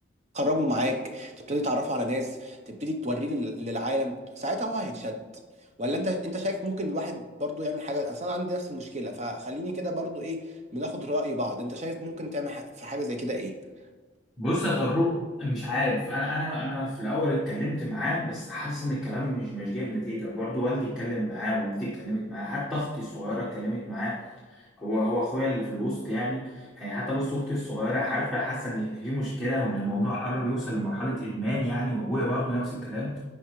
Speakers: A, on the right; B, in the centre.
A: تخرجه معاك تبتدي تعرفه على ناس تبتدي توريه لل- للعالم ساعتها هو هيتشد ولا انت انت شايف ممكن الواحد برضو يعمل حاجه اصل انا عندي نفس المشكله فخليني كده برضو ايه بناخد راي بعض انت شايف ممكن تعمل ح- في حاجه زي كده ايه
B: بص يا طارق مش عارف انا انا انا في الاول اتكلمت معاه بس حاسس ان الكلام مش مش جايب نتيجه برضه والدي اتكلم معاه والدتي اتكلمت معاه حتى اختي الصغيره اتكلمت معاه هو هو اخويا اللي في الوسط يعني يعني حتى بص اختي الصغيره عارفه حاسه ان في مشكله وان الموضوع قرب يوصل لمرحله ادمان يعني وابويا برضه نفس الكلام